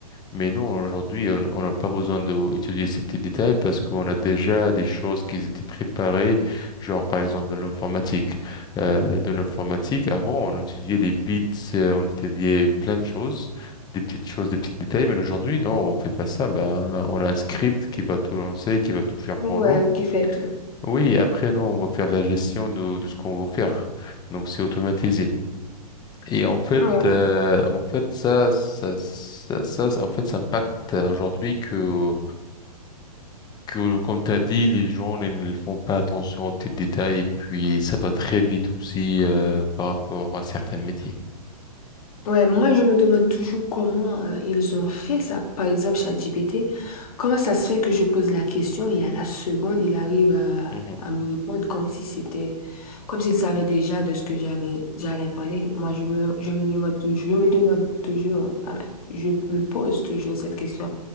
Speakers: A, on the left; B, on the left.
A: Mais nous, aujourd'hui, on on n'a pas besoin d'étudier ces petits détails parce qu'on a déjà des choses qui étaient préparées, genre par exemple de l'informatique. Euh, dans l'informatique, avant, on étudiait les bits, euh, on étudiait plein de choses, des petites choses, des petits détails, mais aujourd'hui, non, on fait pas ça. Ben, on a un script qui va tout lancer, qui va tout faire
B: Ouais,
A: pour nous.
B: qui fait tout.
A: Oui, et après, nous, on va faire la gestion de, de ce qu'on veut faire. Donc, c'est automatisé. Et en fait,
B: Ouais.
A: euh, en fait, ça, ça, ça, ça, ça- en fait, ça impacte euh, aujourd'hui que, que, comme t'as dit, les gens ils ne font pas attention aux petits détails et puis ça va très vite aussi euh, par rapport à certains métiers.
B: Ouais, moi je me demande toujours comment euh, ils ont fait ça. Par exemple, ChatGPT, comment ça se fait que je pose la question et à la seconde, il arrive à,
A: Mhm,
B: à me répondre comme si c'était, comme s'il savait déjà de ce que j'avais, j'allais parler. Moi, je me, je me demande, tou- je me demande toujours, ah ben, je me pose toujours cette question.